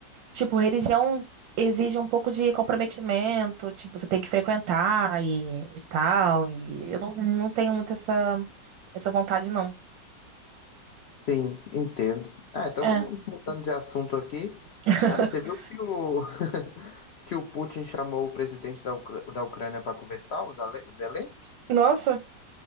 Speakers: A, on the right (about 85°); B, on the left (about 90°).
A: Tipo, religião exige um pouco de comprometimento, tipo, você tem que frequentar e, e tal, e eu não, não tenho muito essa, essa vontade, não.
B: Sim, entendo. Ah, então,
A: É.
B: mudando de assunto aqui.
A: <laughs>
B: Cara, você viu que o, <laughs> que o Putin chamou o presidente da, Ucra- da Ucrânia para conversar, o Zale- o Zelensky?
A: Nossa,